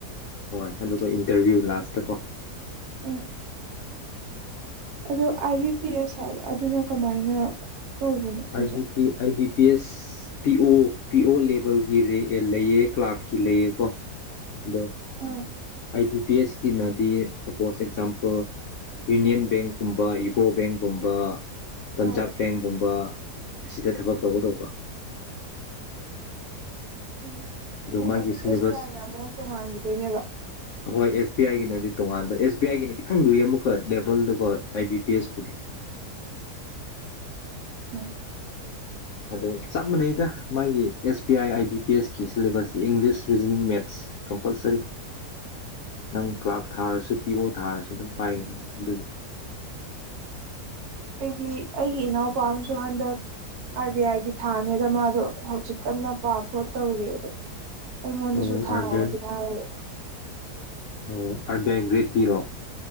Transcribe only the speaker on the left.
ꯍꯣꯏ ꯑꯗꯨꯒ ꯏꯟꯇꯔꯚꯤꯌꯨ ꯂꯥꯁꯇ ꯀꯣ
ꯑꯥꯏ
ꯕꯤ P I B P S P O P O ꯂꯦꯚꯦꯜꯒꯤ ꯂꯩꯑ ꯀ꯭ꯂꯥꯛꯀꯤ ꯂꯩꯑ ꯀꯣ ꯑꯗꯣ
ꯑꯥꯏ ꯕꯤ ꯕꯤ ꯑꯦꯁꯀꯤꯅꯗꯤ ꯁꯄꯣꯁ ꯑꯦꯛꯖꯥꯝꯄꯜ ꯌꯨꯅꯤꯌꯟ ꯕꯦꯡꯀꯨꯝꯕ ꯌꯨꯀꯣ ꯕꯦꯡꯀꯨꯝꯕ ꯄꯟꯖꯥꯕ
ꯕꯦꯡꯒꯨꯝꯕ ꯑꯁꯤꯗ ꯊꯕꯛ ꯇꯧꯒꯗꯧꯕ
ꯃꯥꯒꯤ
ꯁꯤꯂꯦꯕꯁ
ꯍꯍꯣꯏ ꯑꯦꯁ ꯕꯤ ꯑꯥꯏꯒꯤꯅꯗꯤ ꯇꯣꯉꯥꯟꯕ ꯑꯦꯁ ꯕꯤ ꯑꯥꯏꯒꯤꯅ ꯈꯤꯇꯪ ꯂꯨꯏ ꯑꯃꯨꯛꯀ ꯂꯦꯕꯜꯗꯨꯀꯣ ꯑꯥꯏ ꯕꯤ ꯄꯤ ꯑꯦꯁꯄꯨꯗꯤ
ꯑꯗꯣ ꯆꯞ ꯃꯥꯟꯅꯩꯗ ꯃꯥꯒꯤ S B I I B P S ꯁꯤꯂꯦꯕꯁꯇ ꯏꯪꯂꯤꯁ ꯔꯤꯖꯅꯤꯡ ꯃꯦꯠꯁ ꯀꯝꯄꯜꯁꯔꯤ ꯅꯪ ꯀ꯭ꯂꯥꯛ ꯊꯥꯔꯁꯨ ꯄꯤ ꯑꯣ ꯊꯥꯔꯁꯨ ꯑꯗꯨꯝ ꯄꯥꯏꯒꯅꯤ ꯑꯗꯣ ꯑꯗꯨꯒꯤ
ꯑꯣ
ꯑꯥꯔ ꯕꯤ
ꯑꯣ ꯑꯥꯔ ꯕꯤ ꯑꯥꯏ ꯒ꯭ꯔꯦꯠ ꯄꯤꯔꯣ